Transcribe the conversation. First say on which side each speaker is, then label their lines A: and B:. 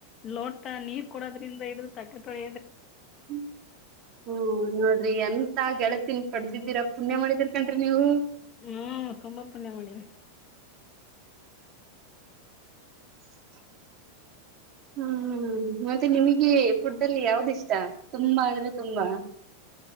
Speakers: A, on the left; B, on the right.
A: ಲೋಟ ನೀರ್ ಕೊಡೋದ್ರಿಂದ ಇಡಿದು ತಟ್ಟೆ ತೊಳ್
B: ಹ್ಮ ಹ್ಮ್ ನೋಡ್ರಿ ಎಂತ ಗೆಳತನ್ ಪಡೆದಿದ್ದೀರಾ ಪುಣ್ಯ ಮಾಡಿದಿರ್ ಕನ್ರಿ ನೀವು
A: ಹ್ಮ್ ತುಂಬ ಪುಣ್ಯ ಮಾಡಿನಿ
B: <inaudible> ಹ್ಮ್ ಮತ್ತೆ ನಿಮಿಗೆ ಫುಡ್ ಅಲ್ಲಿ ಯಾವ್ದ್ ಇಷ್ಟ ತುಂಬಾ ಅಂದ್ರೆ ತುಂಬಾ <inaudible>